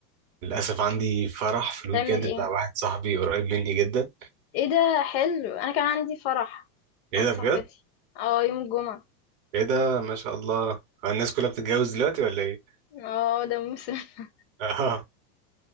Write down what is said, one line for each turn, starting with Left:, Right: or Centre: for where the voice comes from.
Right: للاسف عندي فرح في الويكند
Left: تعمل ايه
Right: بتاع واحد صاحبي قريب مني جدا
Left: ايه ده حلو انا كان عندي فرح
Right: ايه
Left: عند
Right: ده
Left: صاحبتي
Right: بجد
Left: اه يوم الجمعه
Right: ايه ده ما شاء الله هو الناس كلها بتتجوز دلوقتي ولا ايه
Left: اه ده موسم <laughs>
Right: <laughs> اه,